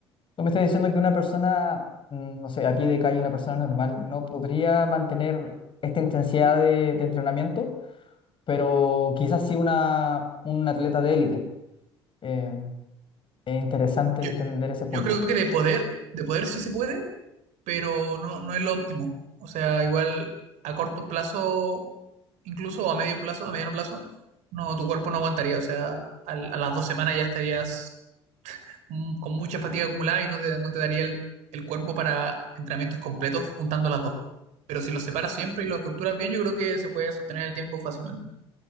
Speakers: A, on the left (about 35°); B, on the right (about 55°).
A: Tú me estás diciendo que una persona, mm, no sé, a pie de calle, una persona normal, no podría mantener esta intensidad de, de entrenamiento, pero quizás sí una, un atleta de élite. Eh, es interesante
B: Yo,
A: entender ese punto.
B: yo creo que de poder, de poder sí se puede, pero no, no es lo óptimo. O sea, igual a corto plazo, incluso a medio plazo, a mediano plazo, no, tu cuerpo no aguantaría. O sea, al- a las dos semanas ya estarías mm, con mucha fatiga acumulada y no te, no te daría el, el cuerpo para entrenamientos completos juntando las dos. Pero si los separas siempre y los estructuras bien, yo creo que se puede sostener el tiempo fácilmente.